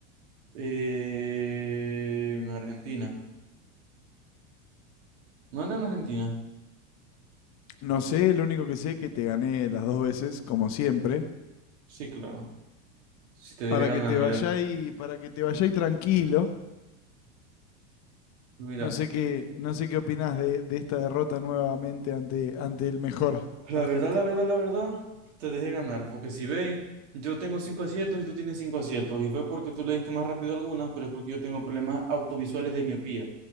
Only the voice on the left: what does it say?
No sé, lo único que sé es que te gané las dos veces, como siempre.
Para
que te
vayáis, para que te vayáis tranquilo.
No sé qué, no sé qué opinás de, de esta derrota nuevamente ante, ante el mejor
argentino.